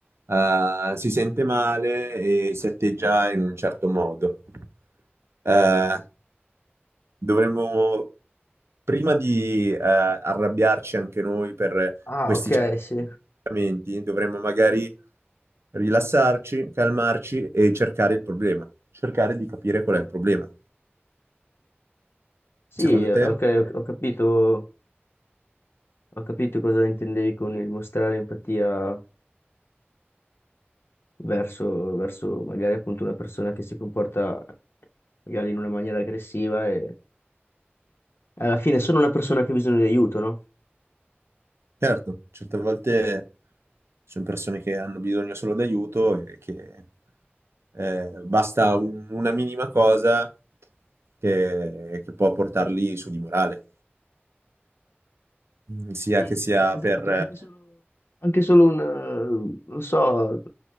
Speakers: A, on the right; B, on the left.
A: eh, si sente male e si atteggia in un certo modo. Eh, dovremmo, prima di eh, arrabbiarci anche noi per
B: Ah,
A: questi
B: ok,
A: certi
B: sì.
A: atteggiamenti, dovremmo magari rilassarci, calmarci e cercare il problema, cercare di capire qual è il problema.
B: Sì,
A: Secondo
B: eh,
A: te?
B: ok, ho ho capito Ho capito cosa intendevi con il mostrare empatia verso, verso magari appunto una persona che si comporta magari in una maniera aggressiva e alla fine è solo una persona che ha bisogno di aiuto, no?
A: Certo, certe volte ci sono persone che hanno bisogno solo d'aiuto e che eh, basta un- una minima cosa che, che può portarli su di morale, Mm, sia
B: Sì,
A: che sia
B: esatto,
A: per...
B: anche solo, anche solo un, eh, non so,